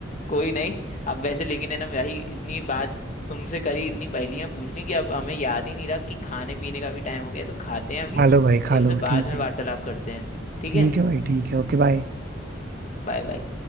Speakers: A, on the left; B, on the right.
A: कोई नहीं अब वैसे लेकिन है ना भाई इतनी बात तुमसे करी इतनी पहेलियां पूछ ली कि अब हमें याद ही नहीं रहा कि खाने पीने का भी टाइम हो गया तो खाते हैं अभी
B: खा लो भाई खा
A: और तुमसे
B: लो
A: बाद
B: ठीक
A: में
B: है
A: वार्तालाप करते हैं ठीक
B: ठीक
A: है
B: है भाई ठीक है ओके बाय
A: Bye bye